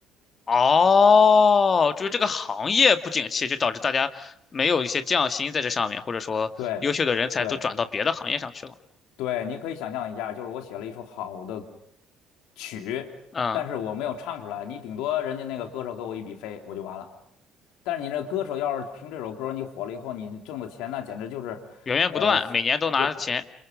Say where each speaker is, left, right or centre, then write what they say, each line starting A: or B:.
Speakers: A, on the left; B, on the left.
A: 哦，就是这个行业不景气，就导致大家没有一些匠心在这上面，或者说优秀的人才都转到别的行业上去了。
B: 对，对，对，你可以想象一下，就是我写了一首好的曲，
A: 嗯，
B: 但是我没有唱出来，你顶多人家那个歌手给我一笔费，我就完了。但是你这歌手要是凭这首歌儿你火了以后，你挣的钱那简直就是，
A: 源源不断，
B: 呃，是原
A: 每年都拿钱